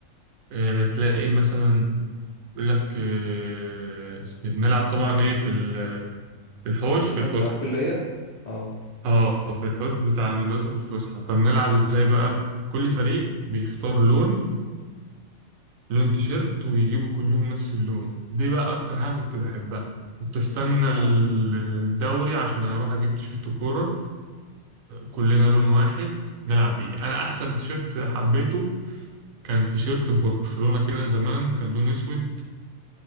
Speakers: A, on the right; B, on the left.
A: آه، تلاقي مثلا يقول لك آه، بنلعب طبعا إيه في ال- في الحوش
B: في
A: في
B: الحوش
A: الفسحة
B: بتاع الكلية اه
A: اه في الحوش بتاع المدرسة في الفسحة فبنلعب إزاي بقى كل فريق بيختار لون لون تيشيرت ويجيبوا كلهم نفس اللون دي بقى اكتر حاجة كنت بحبها كنت استنى
B: اه
A: الدوري عشان اروح اجيب تيشيرت كورة كلنا لون واحد نلعب بيه انا احسن تيشيرت حبيته كان تيشيرت برشلونة كده زمان كان لون اسود